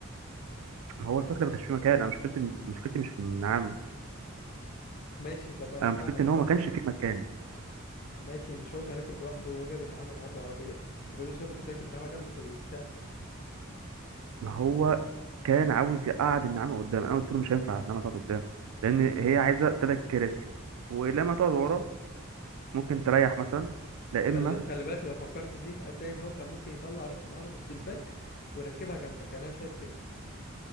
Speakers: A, on the right (about 85°); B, on the left (about 45°).
A: هو الفكرة ما كانش فيه مكان انا مشكلتي مشكلتي مش في النعامة
B: ماشي طب انا
A: انا
B: فاهمك
A: مشكلتي ان هو
B: انا
A: ما كانش
B: فاهمك
A: فيه مكان
B: ماشي مش هو كان راكب لوحده وهو جايب النعامه معاه في العربيه طب ايه المشكله ممكن تركب النعامه جنبه في البتاع
A: ما هو كان عاوز يقعد النعامة قدام انا قلت له مش هينفع النعامة تقعد قدام لان هي عايزة تلات كراسي ولما تقعد ورا ممكن تريح مثلا لا اما
B: خلي, خلي بالك لو فكرت فيها هتلاقي ان هو كان ممكن يطلع راس النعامه من الشباك ويركبها جنبك يعني انا شايف كده